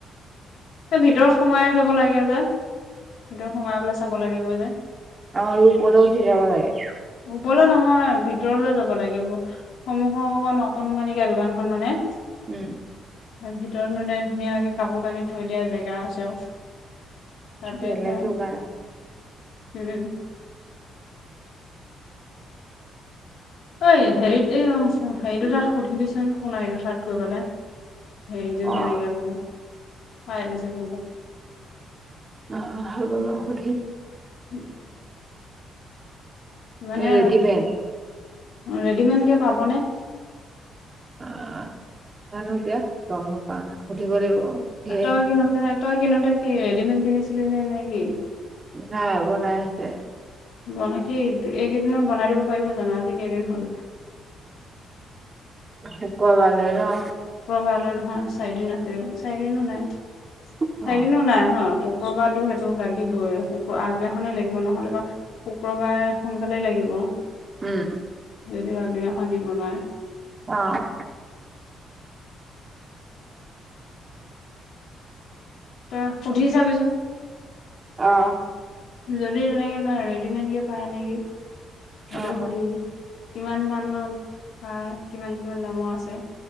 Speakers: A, on the left (about 75°); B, on the right (about 30°).
A: অ' ভিতৰত সোমাই যাব লাগে যে, ভিতৰত সোমাই পেলে চাব লাগে গৈ যে।
B: অ' ওপৰত উঠি যাব লাগে।
A: ওপৰলৈ নহয়, ভিতৰলৈ যাব লাগে। সমূহৰ অকণ অকণমানিকে দোকানখন মানে
B: উম''
A: ত ভিতৰত মানে, ধুনীয়াকে কাপোৰ-কানি থৈ দিয়া জেগা আছে আৰু। সতে
B: বেলেগ
A: হ
B: দোকান
A: উম''। অঐ, হেৰিত, এই হেৰিটো
B: কি
A: তাত সুধিবিচোন শুনা এইটো তাত গৈ পলে। সেইযো
B: অ
A: কেনেকৈে য কেনে-
B: অ হ'ব ব সুধিয়-
A: উম'' মানে
B: ৰেডিমেড
A: ৰেডিমেডকে পাবনে?
B: অ'' জানো দিয়া গম প নাই,, সুধিব লাগিব। সুধি আহিম
A: তই কি ন-তই কি ন দে কি ৰেডমে কিনিছিলি নে নে কি?
B: নাই বনাই আছে।
A: বন কিেই এইকেইদিনত বনাই দিব পাৰিব জানো? আজি কেইদিন হল
B: শুকুৱাবালে ন?
A: ক কাৰলৈ নহয়, চাৰিদিন আছেও, চাৰিদিনো নাই- চাৰিদিনো
B: অ
A: নাই। শুক্ৰবাৰতো সেইটো লাগিবই, শুক আগদিনাখনেই লাগিবনহলে বাৰু শুক্ৰবাৰে সোনকালেই লাগিব
B: উম'
A: যদিও আগদিনাখন দিিব নোৱাৰে।
B: অ''
A: তই সুধি চাবিচোন।
B: আহ''
A: যদি তেনেকে নহয়, ৰেডিমেড কেে পায় নেকি? সহও
B: অ
A: সুধিবি। কিমান মানৰ হয়, কিমান-কিমান দামৰ আছে।